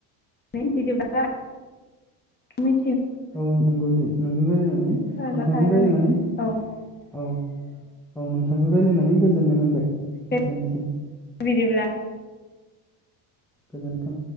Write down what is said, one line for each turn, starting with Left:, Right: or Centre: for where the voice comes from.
Left: दे बिदिब्ला मि।
Centre: औ नंगौ दे नोंजों रायज्लायनानै
Left: साबायखर
Centre: नोंथांजों
Left: थानाय जाबाय
Centre: राय्लायनानै
Left: औ
Centre: औ औ नोंथांजों रायज्लायनानै गोजोननाय मोनबाय
Left: दे
Centre: एसेनोसै।
Left: बिदिब्ला।
Centre: गोजोन्थों।